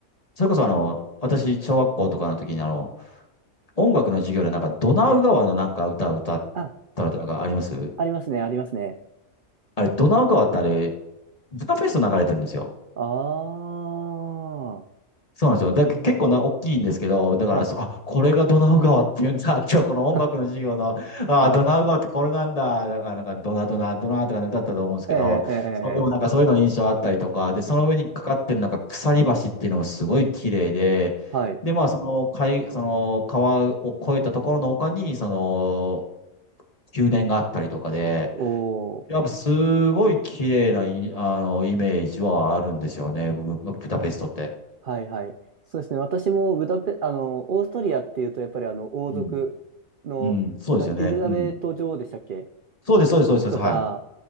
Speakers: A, on the left; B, on the right.
A: それこそあの、私、小学校とかの時にあの、音楽の授業でなんかドナウ川のなんか歌を歌っ
B: ええ。あ、
A: たのってなんかあります
B: ありますね、ありますね。
A: あれ、ドナウ川ってあれ、ブダペスト流れてるんですよ。
B: ああ、
A: そうなんですよ。だ、
B: すみません。
A: 結構な、大きいんですけど、だからそう、
B: はい。
A: あ、これがドナウ川っていうんだ。今日この音楽の授業の、
B: <laughs> あ
A: あ、ドナウ川ってこれなんだ。
B: あ、
A: あなんか、ドナドナ、ドナとかね歌ったと思うんですけど、
B: ええ、ええ、
A: それもなんかそういうの印象あったりとか、
B: ええ。
A: で、その上にかかってるなんか鎖橋っていうのもすごい綺麗で、
B: はい。
A: で、まあ、その海、その川を越えたところの丘に、その、宮殿があったりとかで、
B: おー。
A: やっぱすごい綺麗ない、あの、イメージはあるんですよね、ブブダペストって。
B: はいはい。そうですね。私もブダペ、あの、オーストリアっていうと、やっぱりあの、王族の、
A: うんうん、そうですよね。
B: な、エリザベート女王でしたっけ
A: うん。そうです、そうです、そうです、そうですは
B: とか、